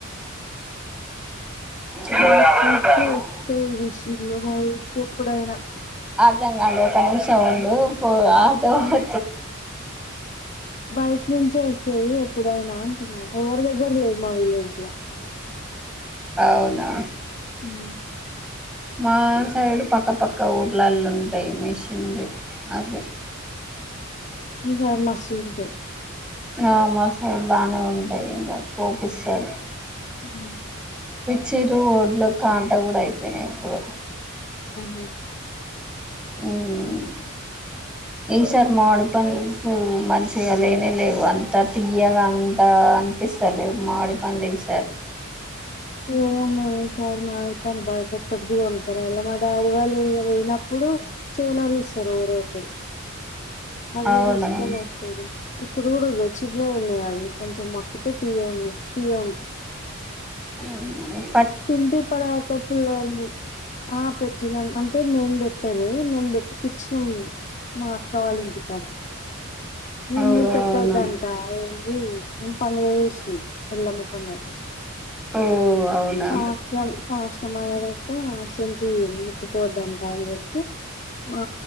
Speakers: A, in the centre; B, on the left (about 35°).
A: కిలో
B: బయట్నించే
A: యాభై రూపాయలు
B: వస్తయి మిషిన్లు మా ఊరికి ఎప్పుడైనా.
A: ర్థం గాలే ఒక నిమిషం ఉండూ, పో ఆటో ఒ
B: బస్ నుంచొస్తది ఎప్ ఎప్పుడయినా అంటున్నా, ఒవ్వరిదగ్గర లేదు మల్లి. <inaudible>
A: అవునా!
B: ఉమ్
A: మా సైడ్ పక్క పక్క ఊర్లల్లుంటయి మిష్ <inaudible>
B: నిజంగ్ మస్తు ఉంటది
A: ఆ మా సైడు బానే ఉంటాయి ఇగ కోపిస్సారు
B: మ్మ్
A: చిరు ఓడ్లో కాంట కూడా అయిపోయినాయి ఇప్పుడు
B: ఆహ
A: హ్మ్ ఈసారి మామిడి పంల్స్ మంచిగా లేనే లేవు అంత తియ్యగా అంతా అనిపిస్తలే, మామిడి పండ్లు ఈసారి
B: ఎవరు ఏమన్నా సార్ మా ఆప్పన్ బయట ఒకటి ది కొనక రావాలా, మా డాడి వాళ్ళు ఈ ఇగ పోయినప్పుడు చేయనోళ్ళు ఇస్సరు. ఎవరో ఒకరు అవ్వే
A: అవునా
B: దీసుకొని పోతారు ఇ ఇప్పుడు కూడా వచిన్నవి ఉన్నాయి. అవి కొంచెం మక్కుతే తీయగా ఉన్నాయి. తీయ్యగ ఉంటాయి.
A: ఉ హుం
B: తింటే తరువాత పుల్లగ ఉంది. ఆ పెట్టినాం అంటే మేం పెట్టాలి మేం పెట్టికిచ్చినం మా అక్క వాళ్ళంటి కాడా మేమ్
A: ఓ
B: కూడా పెట్టోదంటా
A: అవునా
B: ఎమ్ చే ఉమేము పండగ చేస్తున్నాం ఎల్లమ్మ పండగ
A: ఓ అవునా
B: టాస్లం టాష్ పండగ పోయేదాకా శొంటిన్ ముట్టుకోవద్దంట అని చెప్పి, మా